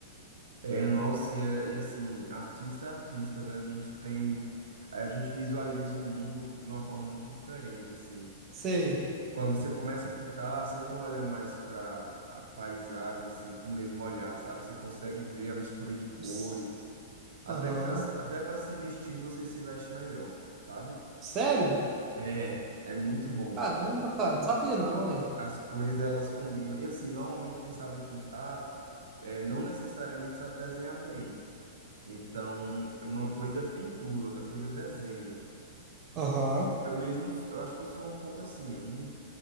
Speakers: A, on the right; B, on the right.
A: É, nossa, e, é- e assim, artista é artista, né? A gente tem, a gente visualiza o mundo de uma forma muito diferente, assim.
B: Sei.
A: Quando você começa a pintar, você não olha mais para a paisagem, assim, com o mesmo olhar, sabe? Você consegue ver a mistura de cores.
B: Os-
A: Até
B: Aham.
A: para até para se vestir, você se veste melhor, sabe?
B: Sério?
A: É, é muito bom.
B: Caramba, cara, não sabia não, hein?
A: as cores elas combinam. E assim, normalmente quem sabe pintar é, não necessariamente sabe desenhar bem. Então, é uma coisa é pintura, outra coisa é desenho.
B: Aham.
A: Eu mesmo, eu acho que eu sou um pouco assim, eu não,